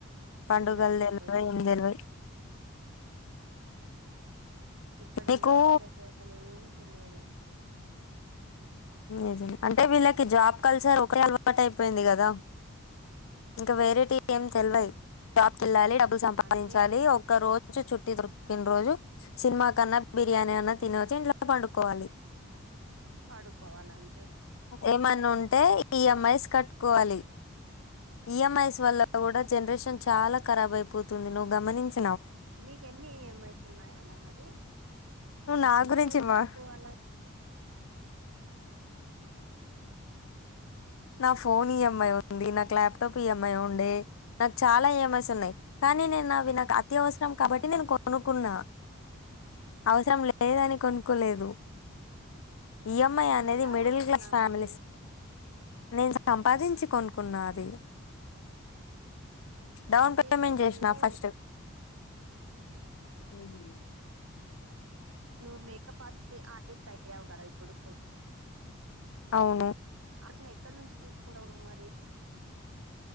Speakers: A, on the right; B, on the left.
A: సిటీ
B: పండుగలు
A: లైఫ్ అయిపోయింది
B: తెలివై
A: మొత్తం
B: ఏం తెలివై
A: ఇక్కడ
B: నీకు
A: ఉన్న వాళ్ళకైతే అసలు ఏంటి లేదు
B: ఇది అంటే వీళ్ళకి జాబ్ కల్చర్ ఒకే అలవాటు అయిపోయింది కదా ఇంకా వేరేటివి ఏం తెల్వయి జాబ్కి కెళ్లాలి డబ్బు సంపాదించాలి
A: అంతే
B: ఒక్క రోజు చుట్ పుట్టిన రోజు సినిమా కన్నా బిర్యానీ అన్న తినోచ్చి ఇంట్లో పండుకోవాలి
A: పడుకోవలం
B: ఏమన్నా ఉంటే ఈఎంఐస్ కట్టుకోవాలి ఈఎంఐస్ వల్ల కూడా జనరేషన్ చాలా కరబైపోతుంది నువ్వు గమనించ్
A: నీకేన్ని ఈఎంఐస్ ఉన్నాయి అలా మరి నువ్వు చెప్పనే
B: నా గురించి
A: లేదు
B: మా
A: నాకు అలా
B: నా ఫోన్ ఈఎంఐ ఉంది నాకు ల్యాప్టాప్ ఈఎంఐ ఉండే నాకు చాలా ఈఎంఐస్ ఉన్నాయి కానీ నేను అవి నాకు అత్యవసరం కాబట్టి నేను కొనుకున్నా అవసరం లేదని కొనుక్కోలేదు ఈఎంఐ
A: నువ్వు
B: అనేది
A: ఎలా
B: మిడిల్
A: కొనుక్కున్నావు
B: క్లాస్ ఫ్యామిలీస్
A: అది
B: నేన్ సం పదించి కొనుక్కున్న అది డౌన్
A: అయితే
B: పేమెంట్
A: ఇప్పుడు
B: చేసిన
A: నువ్వు
B: ఫస్ట్ ఉమ్ హు
A: నువ్వు మేకప్ ఆర్టి-ఆర్టిస్ట్ అయ్యావు కదా ఇప్పుడు
B: అవును
A: అసలు ఎక్కడ నుంచి తీసుకునావ్ నువ్ మరి